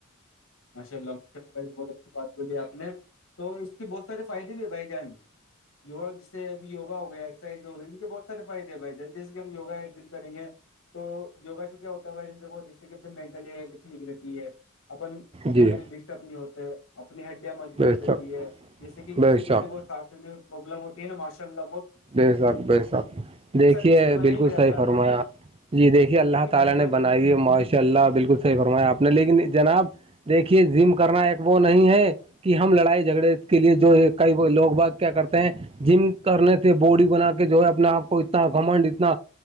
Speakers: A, on the left (about 60°); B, on the right (about 25°).
A: ماشاء اللہ ماشاء اللہ بھائی بہت اچھی بات بولی آ نے تو اس کے بہت سارے فائدے بھی ہے بھائی جان یک جس سے ابھی یوا ہو گیا ایکسرسائز ہو گئی ان کے بہت سے فائدے بھائی جن جسے ہم وگا دن کریں گے تو یوگا سے کیا ہوتا ہے بھائی د جس سے کہ مینٹلی ٹھیک رہتی ہے اپن
B: جی
A: مینٹلی ڈسٹرب نہیں ہوتے اپنی ہڈیاں مضبوت
B: بے
A: رہتی
B: شک
A: ہے جیس سے کہ کسی
B: بے
A: کسی
B: شک
A: کو ساس میں مبلم ہوتی ہے نا ماشاءاللہ
B: بے شک بے شک دیکھیے
A: چیزیں بنائی
B: بالکل
A: میرے اللہ
B: صحیح فرمایا
A: نے
B: جی دیکھیں اللہ
A: کیونکہ
B: تعالی
A: بھائی جان
B: نے بنائی ہے ماشاءاللہ بالکل صحیح دیکھیے زم کرنا ایک وہ نہیں ہے کہ ہم لڑائی جھگڑے کے لیے جو ہے کئی لوگ ب کیا کرتے ہیں جم کرنے باڈی بنا کے جو ہے اپنے اپ کو اتنا